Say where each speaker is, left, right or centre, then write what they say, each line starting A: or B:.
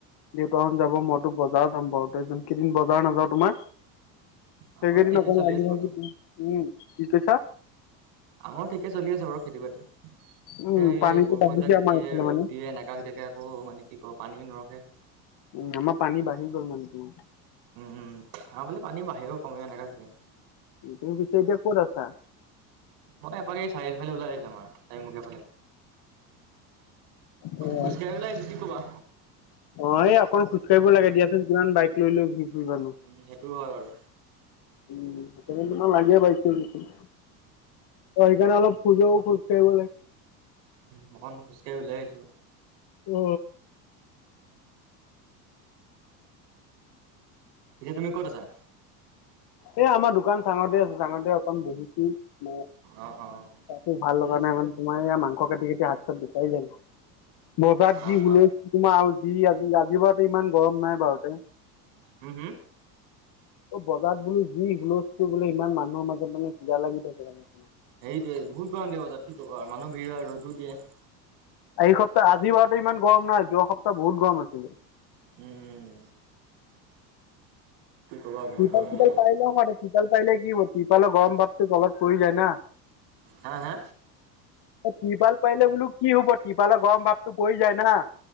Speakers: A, on the left; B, on the right.
A: দেউতাহঁত যাব। মইটো বজাৰ যাম। <unintelligible> কেইদিন বজাৰ নাযাওঁ, তোমাৰ? সেইকেইদিন
B: আমাৰো ঠিকে
A: অকন
B: চলি
A: লাগি-ভাগি
B: আছে বাৰু
A: দিম। উম কি কৈছা?
B: আমাৰো ঠিকে চলি আছে বাৰু খেতি-বাতি। এ এই
A: উম পানীটো
B: বৰষুণ
A: বাঢ়িছে
B: এজাক দিয়ে,
A: আমাৰ
B: ৰ'দ
A: এইফালে মানে
B: দিয়ে এনেকা হৈ থাকে আকৌ মানে কি ক পানীও নৰখে।
A: উম আমাৰ পানী বাঢ়ি গল মানে তোমাৰ।
B: উ, উ আমাৰ ফালে পানী বাঢ়েও, কমেও এনেকা হৈ থাকে।
A: তু-তুমি পিছে এতিয়া ক'ত আছা?
B: মই এপাক এই চাৰিআলি ফালে ওলাই আহিছো, আমাৰ চাৰিমুখীয়া ফালে।
A: অ
B: খোজকাঢ়িবলে আহিছো কি ক'বা।
A: অ, এই অকন খোজকাঢ়িব লাগে দিয়াচোন। কিমান বাইক লৈ লৈ ঘূৰি ফুৰিবানো। উম,
B: উম সেইটো হয় বাৰু
A: সেইকাৰণে তোমাক লাগে বাইক-চাইক এখন। অ' সেইকাৰণে অলপ খোজোও খোজ কাঢ়িব লাগে।
B: উম, অকন খোজকাঢ়ি ওলাই আহিছো।
A: অ।
B: এতিয়া তুমি ক'ত আছা?
A: এ আমাৰ দোক দোকানখনতে আছো, চাঙতে অকন বহিছো। তোমাৰ
B: অ অ
A: গাতো
B: ঠিকে
A: ভাল লগা
B: আছে
A: নাই ইমান। তোমাৰ এইয়া মাংস কাটি কাটি হাত-চাত বিষাই যায়। বজাৰত
B: অ
A: যি হুলস্থূল
B: অ
A: তোমাৰ আৰু যি আজি আজি বাৰুতে ইমান গৰম নাই বাৰুতে।
B: উ হু?
A: অ' বজাৰত বোলো যি হুলস্থূল বোলে, ইমান মানুহৰ মাজত মানে কিবা লাগি যায় <unintelligible>
B: এইটোৱে, বহুত গৰম দিয়ে বজাৰত কি ক'বা আৰু মানুহ ভিৰ হয়, ৰ'দো দিয়ে।
A: এই সপ্তাহ আজি বাৰুতে ইমান গৰম নাই। যোৱা সপ্তাহ বহুত গৰম আছিলে।
B: উম-উম। ক'বা বহুত
A: ত্ৰিপাল-শ্ৰিপাল
B: গৰম দিয়ে
A: পাৰি লোৱা হয়। তা ত্ৰিপাল পাৰিলে কি হ'ব? ত্ৰিপালৰ গৰম ভাৱটো তলত পৰি যায় না।
B: হা হা?
A: এ ত্ৰিপাল পাৰিলে বোলো কি হ'ব ত্ৰিপালৰ গৰম ভাৱটো পৰি যায় না।